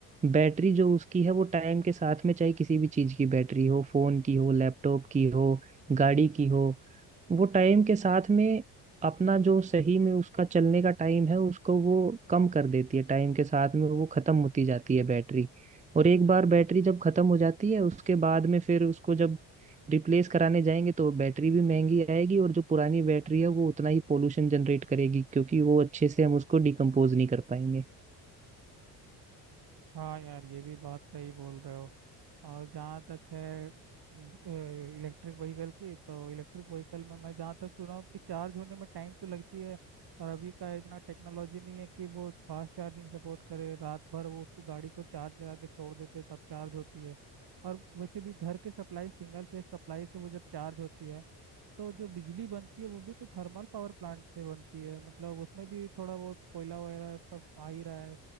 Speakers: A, on the right (about 15°); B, on the right (about 55°).
A: बैटरी जो उसकी है वो टाइम के साथ में चाहे किसी भी चीज की बैटरी हो फोन की हो लैपटॉप की हो गाड़ी की हो वो टाइम के साथ में अपना जो सही में उसका चलने का टाइम है उसको वो कम कर देती है टाइम के साथ में वो खत्म होती जाती है बैटरी और एक बार बैटरी जब खत्म हो जाती है उसके बाद में फिर उसको जब रिप्लेस कराने जाएंगे तो बैटरी भी महंगी आएगी और जो पुरानी बैटरी है वो उतना ही पोल्यूशन जनरेट करेगी क्योंकि वो अच्छे से हम उसको डिकम्पोज नहीं कर पाएंगे
B: हाँ यार ये भी बात सही बोल रहे हो और जहाँ तक है इलेक्ट्रिक व्हीकल की तो इलेक्ट्रिक व्हीकल में मैं जहाँ तक सुना हूँ कि चार्ज होने में टाइम तो लगती है और अभी का इतना टेक्नोलॉजी नहीं है कि वो फास्ट चार्जिंग सपोर्ट करे रात भर वो उसको गाड़ी को चार्ज लगा के छोड़ देते हैं, तब चार्ज होती है और वैसे भी घर के सप्लाई सिंगल फेज सप्लाई से वो जब चार्ज होती है तो जो बिजली बनती है वो भी तो थर्मल पावर प्लांट से बनती है मतलब उसमें भी थोड़ा बहुत कोयला वगैरह सब आ ही रहा है